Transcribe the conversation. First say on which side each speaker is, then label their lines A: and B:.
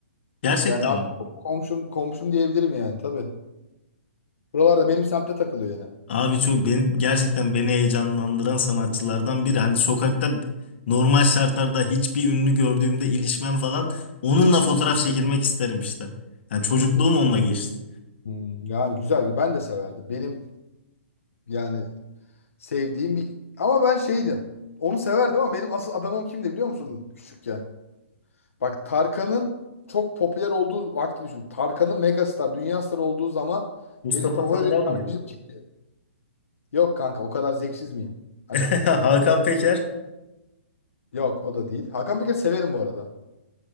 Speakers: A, on the left; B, on the left.
A: Gerçekten
B: Yani artık
A: mi?
B: komşum komşum diyebilirim yani tabii. Buralarda benim semtte takılıyor yani.
A: Abi çok beni gerçekten beni heyecanlandıran sanatçılardan biri. Hani sokakta normal şartlarda hiçbir ünlü gördüğümde ilişmem falan onunla fotoğraf çekilmek isterim işte. Yani çocukluğum onunla geçti.
B: Hmm, yani güzel. Ben de severdim. Benim yani sevdiğim bir... Ama ben şeydim. Onu severdim ama benim asıl adamım kimdi biliyor musun küçükken? Bak Tarkan'ın çok popüler olduğu vakti düşün. Tarkan'ın megastar, dünya starı olduğu zaman
A: Mustafa
B: benim favori
A: Sandal mıydı?
B: şarkıcım kimdi? Yok kanka o kadar zevksiz miyim? Aşk
A: <laughs>
B: olsun.
A: Hakan Peker.
B: Yok o da değil. Hakan Peker severim bu arada.